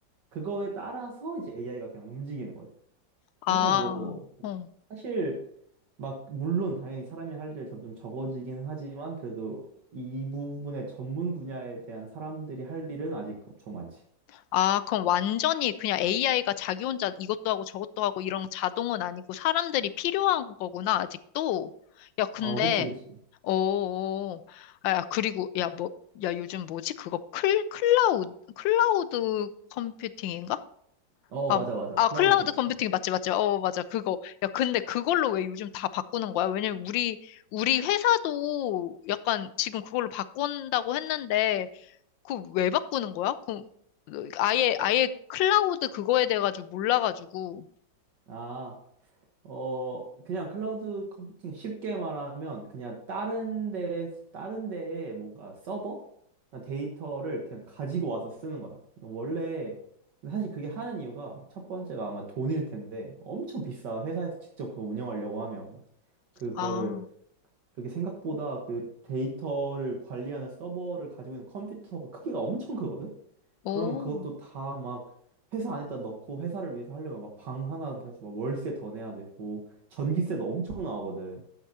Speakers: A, on the right; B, on the left.
A: 그거에 따라서 이제 AI가 그냥 움직이는 거지.
B: 아,
A: 그래서 뭐,
B: 어.
A: 사실 막, 물론 당연히 사람이 할 일이 점점 적어지긴 하지만, 그래도 이 부분의 전문 분야에 대한 사람들이 할 일은 아직 엄청 많지.
B: 아, 그럼 완전히 그냥 AI가 자기 혼자 이것도 하고 저것도 하고 이런 자동은 아니고 사람들이 필요한 거구나, 아직도. 야, 근데,
A: 어, 그치, 그치.
B: 어, 어. 야, 그리고, 야, 뭐, 야, 요즘 뭐지? 그거 클, 클라우드, 클라우드 컴퓨팅인가?
A: 어,
B: 아,
A: 맞아, 맞아.
B: 아,
A: 클라우드
B: 클라우드
A: 컴퓨팅.
B: 컴퓨팅 맞지, 맞지. 어, 맞아. 그거. 야, 근데 그걸로 왜 요즘 다 바꾸는 거야? 왜냐면 우리, 우리 회사도 약간 지금 그걸로 바꾼다고 했는데, 그거 왜 바꾸는 거야? 그, 아예, 아예 클라우드 그거에 대해 가지고 몰라가지고.
A: 아. 어, 그냥 클라우드 컴퓨팅 쉽게 말하면 그냥 다른 데, 다른 데에 뭔가 서버? 데이터를 그냥 가지고 와서 쓰는 거야. 원래, 사실 그게 하는 이유가 첫 번째가 아마 돈일 텐데 엄청 비싸. 회사에서 직접 그거 운영하려고 하면. 그거를,
B: 아,
A: 그게 생각보다 그 데이터를 관리하는 서버를 가지고 있는 컴퓨터가 크기가 엄청 크거든?
B: 오,
A: 그러면 그것도 다 막 회사 안에다 넣고 회사를 위해서 하려면 막 방 하나 해서 막 월세 더 내야 되고 전기세도 엄청 나가거든.